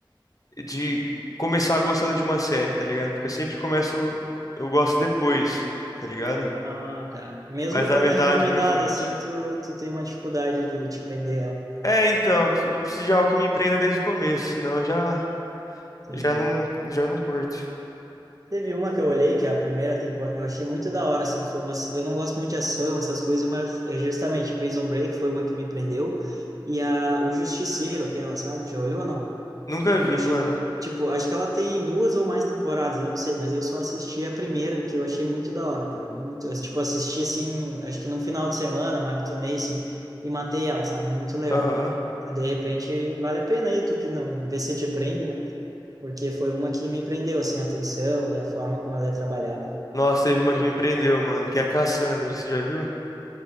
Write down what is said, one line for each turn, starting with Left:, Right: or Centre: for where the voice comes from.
Left: de começar gostando de uma série, tá ligado? Porque eu sempre começo, eu gosto depois, tá ligado?
Right: Ah, tá. Mesmo
Left: Mas da
Right: quando
Left: metade
Right: é recomendado
Left: pra frente.
Right: assim, tu, tu tem uma dificuldade de, de prender ela.
Left: É, então, eu preciso de algo que me prenda desde o começo, senão eu já,
Right: Entendi.
Left: já não, já não curto.
Right: Teve uma que eu olhei, que é a primeira temporada, eu achei muito da hora, assim, foi uma, eu não gosto muito de ação, essas coisas, mas é justamente Prison Break foi uma que me prendeu, e a, o Justiceiro, aquela, sabe, já olhou ou não?
Left: Nunca vi,
Right: Eu achei,
Left: mano.
Right: tipo, acho que ela tem duas ou mais temporadas, eu não sei, mas eu só assisti a primeira, que eu achei muito da hora, cara, muito, eu, tipo, assisti, assim, acho que num final de semana, maratonei, assim, e matei ela, sabe, muito legal.
Left: Aham.
Right: Mas, De repente, vale a pena aí, tu que não, vê se te prende, né? porque foi uma que me prendeu, assim, a atenção e a forma como ela é trabalhada.
Left: Nossa, teve uma
Right: Eu-
Left: que me prendeu, mano, que é a Cassandra, você já viu?